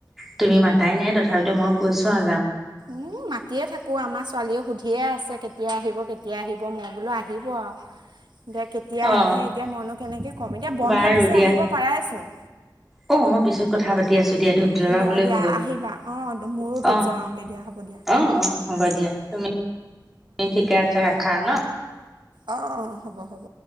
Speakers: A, in the centre; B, on the right.
A: তুমি মাতাই নাই তথাপিতো মই কৈছো আ।
B: উম মাতিয়ে থাকো আমাৰ ছোৱালীয়েও সুধিয়ে আছে কেতিয়া আহিব কেতিয়া আহিব। মই বোলো আহিব এতিয়া কেতিয়া
A: অ
B: আহে এতিয়া মইনো কেনেকে কম এতিয়া বন্ধ
A: বাৰু
B: দিছে
A: দিয়া
B: আহিব পাৰাইচোন।
A: অ মই পিছত কথা পাতি আছো দিয়া ধূপ জ্বলাবলে
B: দিয়া দিয়া
A: হ'ল।
B: আহিবা অঁ মোৰো ধূপ
A: অ
B: জ্বলাওঁগৈ দিয়া হ'ব দিয়া
A: অ, হ'ব দিয়া। তুমি ঠিকে আছে ৰাখা ন।
B: অ, হ'ব, হ'ব।